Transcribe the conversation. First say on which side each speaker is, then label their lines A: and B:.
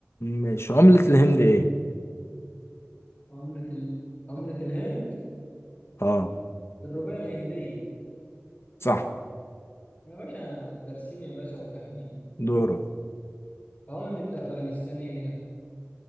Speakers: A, on the left; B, on the left.
A: ماشي عملة الهند ايه؟
B: عملة ال... عملة الهند
A: اه
B: الروبية الهندية
A: صح
B: يا باشا دارسين يا باشا وفاهمين
A: دورك
B: عملة أفغانستان هي